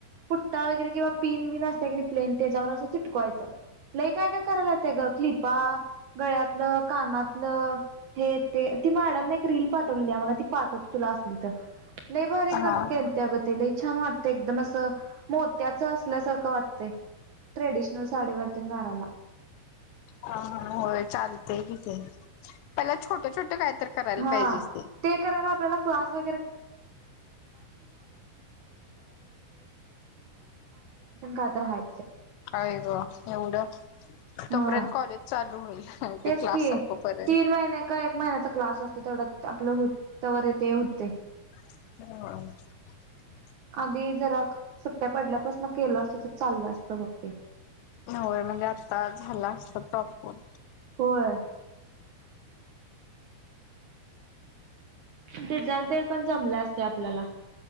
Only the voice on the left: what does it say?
हा
ह होय चालते किथे पला छोटे छोटे काय तर करायला
पाहिजेच
अय ग एवढं तोपर्यंत
कॉलेज चालू होईलते
क्लास
संपोपर्यंत
ह
होय म्हणजे आता झाला असत तपून